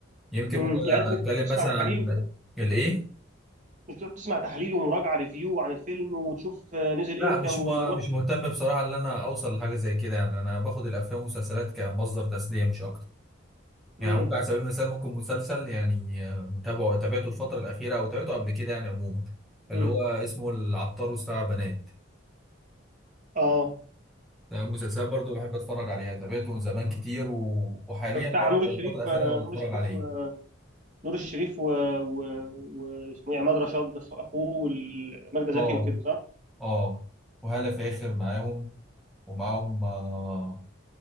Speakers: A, in the centre; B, on the right.
A: يمكن
B: امم
A: ممكن
B: يعني انت مش
A: أتكلم
B: بتقعد تسمع
A: مثلا
B: تحاليل
A: عن
B: وكده
A: الإيه؟
B: مش بتقعد تسمع تحليل ومراجعه ريفيو عن الفيلم وتشوف آه، نزل
A: لا
B: امتى
A: مش
B: والممثل
A: م... مش مهتم بصراحة إن أنا أوصل لحاجة زي كده يعني أنا باخد الأفلام والمسلسلات كمصدر تسلية مش أكتر يعني
B: امم
A: ممكن على سبيل المثال ممكن مسلسل يعني آه، متابعه تابعته الفترة الأخيرة أو تابعته قبل كده يعني عموما اللي
B: امم
A: هو اسمه العطار وسبع بنات
B: اه
A: مسلسلات برضو بحب اتفرج عليها تابعته زمان كتير و... وحاليا
B: بتاع
A: برضو
B: نور الشريف
A: الفترة الأخيرة
B: آه، نور
A: بتفرج
B: الشريف
A: عليه
B: و- نور الشريف و... و... واسمه ايه عماد رشاد اخوه وماجدة زكي
A: اه
B: وكده صح؟
A: اه وهالة فاخر معاهم ومعاهم آه